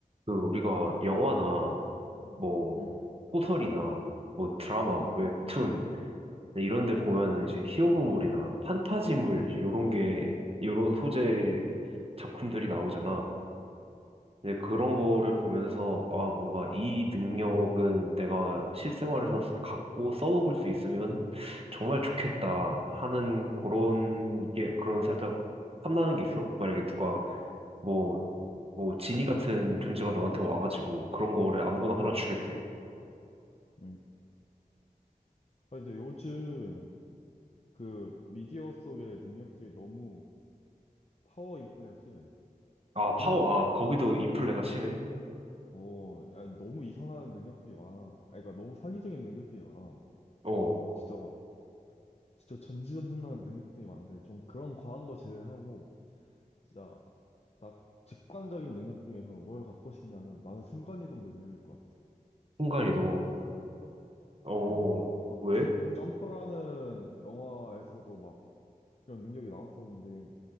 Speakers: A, on the right; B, on the left.
A: 그 우리가 영화나
B: 음,
A: 뭐
B: 음,
A: 소설이나 뭐 드라마,
B: 음.
A: 웹툰 이런 데 보면은 이제 히어로물이나 판타지물 이제 요런 게 요런 소재 작품들이 나오잖아. 근데 그런 거를 보면서 아 뭔가 이 능력은 내가 실생활에서 갖고 써먹을 수 있으면 정말 좋겠다 하는 그런 게 그런 살짝 탐나는 게 있어. 만약에 누가 뭐 뭐 지니 같은 존재가 너한테 와가지고 그런 거를 아무거나 하나 주겠대.
B: 음. 아, 근데 요즘 그 미디어 속의 능력들이 너무 파워 인플레가 심해.
A: 아,
B: 너무,
A: 파워, 아, 거기도 인플레가 심해?
B: 어, 야, 너무 이상한 능력들이 많아. 아, 그러니까 너무 사기적인 능력들이 많아.
A: 어,
B: 진짜 막, 진짜 전지전능한 능력들이 많은데, 좀 그런 과한 거 제외하고, 진짜, 딱 직관적인 능력 중에서 뭘 갖고 싶냐면 나는 순간이동 능력일 것 같아.
A: 순간이도. 어,
B: 음. 막,
A: 왜?
B: 저- 점퍼라는 영화에서도 막 이런 능력이 나왔었는데,